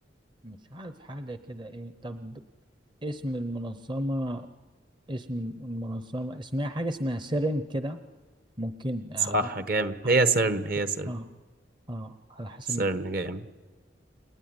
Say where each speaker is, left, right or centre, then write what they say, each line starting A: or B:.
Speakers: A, on the right; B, on the right.
A: مش عارف حاجة كده ايه طب اسم المنظمة اسم المنظمة اسمها حاجة اسمها سيرين كده ممكن آه
B: صح جامد
A: على
B: هي سيرن هي سيرن
A: اه اه على حسب
B: سيرن
A: ما-
B: جامد